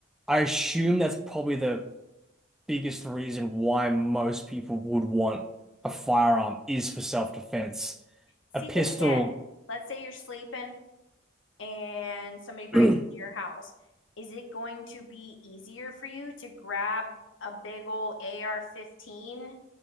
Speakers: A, in the centre; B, on the left.
A: I assume that's probably the biggest reason why most people would want a firearm is for self-defense.
B: See,
A: A pistol.
B: but again, let's say you're sleeping and somebody breaks
A: <clears throat>
B: into your house, is it going to be easier for you to grab a big old AR-15